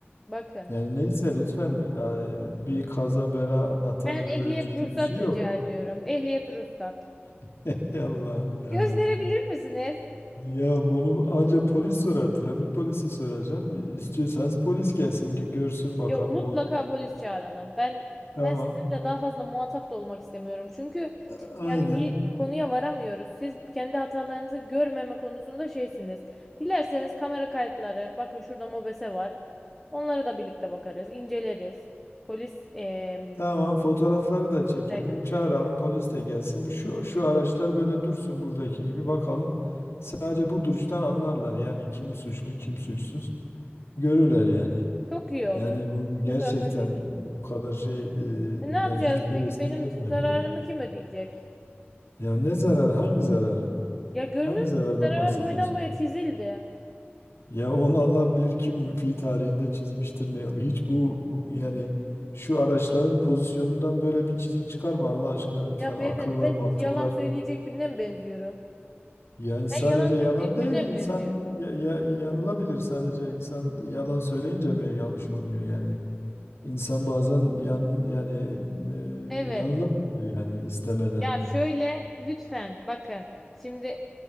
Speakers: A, in the centre; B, on the left.
A: Bakın.
B: Yani neyse lütfen ya, bir kaza bela Allah'tan
A: Ben
B: öyle
A: ehliyet
B: ciddi
A: ruhsat
B: bir şey yok.
A: rica ediyorum. Ehliyet ruhsat.
B: <laughs> Allah'ım ya
A: Gösterebilir
B: Rabbi.
A: misiniz?
B: Ya bunu ancak polis sorar. Trafik polisi sorar canım. İstiyorsanız polis gelsin ki görsün bakalım
A: Yok mutlaka
B: o.
A: polis çağıralım. Ben
B: Tamam.
A: ben sizinle daha fazla muhatap da olmak istemiyorum. Çünkü
B: A- Aynen.
A: yani bir konuya varamıyoruz. Siz kendi hatalarınızı görmeme konusunda şeysiniz. Dilerseniz kamera kayıtları, bakın şurada MOBESE var. Onlara da birlikte bakarız, inceleriz. Polis em,
B: Tamam fotoğrafları da çekelim.
A: rek-
B: Çağıralım polis de gelsin. Bu şu şu araçlar böyle dursun buradaki gibi bakalım. Sadece bu duruştan anlarlar. Yani kim suçlu kim suçsuz görürler yani.
A: çok iyi olur.
B: Yani bu gerçekten
A: Fotoğraflar çekelim.
B: bu kadar şey e,
A: E, ne yapacağız
B: ben hiç böylesini
A: peki? Benim
B: görmedim
A: c- zararımı
B: ya.
A: kim ödeyecek?
B: Ya ne zararı hangi zararı?
A: Ya görmüyor
B: Hangi zarardan
A: musun? Arabam
B: bahsediyorsun?
A: boydan boya çizildi.
B: Ya onu Allah bilir kim fi tarihinde çizmiştir ne. Hiç bu, bu- yani şu araçların pozisyonundan böyle bir çizik çıkarma Allah aşkına lütfen.
A: Ya
B: Akıl
A: beyefendi
B: var,
A: ben
B: mantık
A: hiç yalan
B: var.
A: söyleyecek birine mi benziyorum?
B: Yani sadece
A: Ben yalan söyleyecek
B: yalan değil
A: birine
B: insan
A: mi benziyorum?
B: ya, ya- yanılabilir sadece insan yalan söyleyince mi yanlış oluyor yani. İnsan bazen yan yani e,
A: Evet.
B: yanılabiliyor yani istemeden.
A: Ya şöyle lütfen bakın. Şimdi